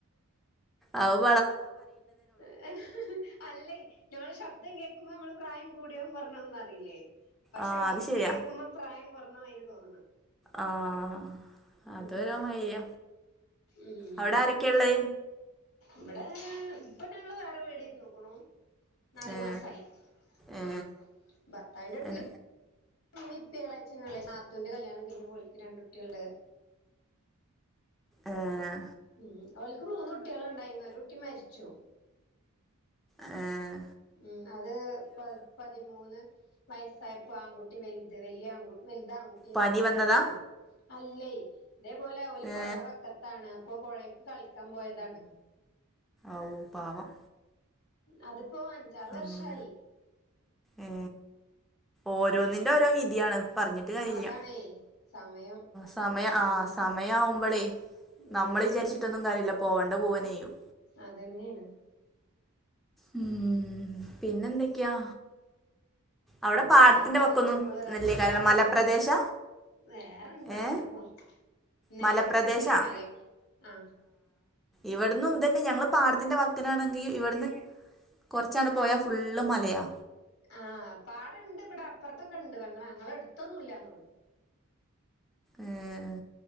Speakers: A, in the centre; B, on the left.
A: ആവൂ
B: <inaudible> അല്ലേ ഞമ്മള് ശബ്ദം കേൾക്കുമ്പോ നമ്മള് പ്രായം കൂടിയും കൊറഞ്ഞതൊന്നും അറിയില്ലേ പക്ഷെ
A: ആഹ് അത്
B: ഒച്ച
A: ശരിയാ
B: കേൾക്കുമ്പം പ്രായം കുറഞ്ഞ മാതിരി തോന്നണ്
A: ആഹ് അതൊരോ
B: ഉം
A: മയ്യ
B: ഉം
A: അവിടെ ആരൊക്കെയാ ഉള്ളെ
B: ഇവിടെ ഇപ്പൊ ഞങ്ങള് വേറെ വീട് നോക്കണു നാലു
A: ഏ
B: മാസായി
A: ഏ
B: ഉം ഭർത്താവിന്റെ വീട്ടില്
A: എൻ
B: ഉമ്മീ ഇപ്പ എളാച്ചാത്തൂന്റെ കല്യാണം കഴിഞ്ഞ് ഓലിക്ക് രണ്ട് കുട്ടി ഉണ്ട്
A: ആഹ്
B: ഉം ഓൽക്ക് മൂന്ന് കുട്ടികൾ ഉണ്ടായിരുന്നു ഒരു കുട്ടി മരിച്ചു
A: ആഹ്
B: ഉം അത് പ പ പതിമൂന്ന് വയസായപ്പോ ആൺകുട്ടി വൽത് വല്ലിയ ആൺകു വൽത് ആൺകുട്ടിയാരുന്നു
A: പനി
B: അതാ
A: വന്നതാ
B: മരിച്ചത്. അല്ലേയ്, ഇതേപോലെ ഓല്
A: ഏ
B: പൊഴടെ വക്കത്താണ് അപ്പൊ പോഴേക്ക് കളിക്കാം പോയതാണ്.
A: ഔ പാവം.
B: അത്പ്പോ അഞ്ചാറ് വർഷായി.
A: ഉം ഏ ഓരോന്നിന്റെ
B: ഉം
A: ഓരോ വിധിയാണ് പറഞ്ഞിട്ട് കാര്യല്ല.
B: അതാണേ സമയം
A: സമയ
B: അല്ലാതെന്താ
A: ആഹ് സമയം ആവുമ്പലേ
B: ഉം
A: നമ്മള് വിചാരിച്ചിട്ടൊന്നും കാര്യല്ല പോവണ്ടെ പോവന്നെയ്യും.
B: അതന്നെണ്.
A: ഉം, പിന്നെന്തൊക്കെയാ? അവിടെ
B: എന്താ
A: പാടത്തിന്റെ
B: അത് ആലോയിച്ചാ
A: വക്കൊന്നും
B: പ്പളും ഒര
A: നെല്ലേക്കാരല്ല
B: അന്തല്ല.
A: മലപ്രദേശ
B: വേറെന്താ
A: ഏ
B: അങ്ങനെ പോണ്. നേരെ
A: മലപ്രദേശാ
B: ഫ്രണ്ടില് മലേ ആഹ്.
A: ഇവട്ന്നും ത് തന്നെ ഞങ്ങള് പാടത്തിന്റെ വക്കിനാണെങ്കി ഇവട്ന്ന് കൊർച്ചാട് പോയാ
B: ആഹ്
A: ഫുള്ള് മലയാ.
B: ആഹ്, പാടണ്ട് ഇവടെ അപ്പർത്തൊക്കണ്ട് ഞങ്ങള് ഞങ്ങളെ അട്ത്തൊന്നും ഇല്ലാന്നൊള്ളു.
A: ഏഹ്.